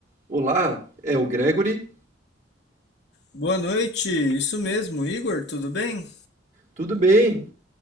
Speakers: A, on the right (about 45°); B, on the left (about 65°).
A: Olá, é o Gregory?
B: Boa noite, isso mesmo, Igor, tudo bem?
A: Tudo bem?